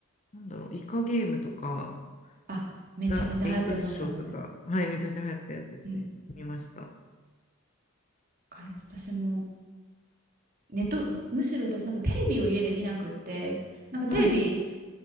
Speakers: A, on the left; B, on the right.
A: なんだろう、イカゲームとか、
B: あ、めちゃめちゃ流行ってましたもんね。
A: ザ・エイトショーとか、はい、めちゃめちゃ流行ったやつですね。
B: うん。
A: 見ました。
B: わかります。私もネット、むむしろ私なんかテレビを家で見なくって、なんかテレビ
A: はい。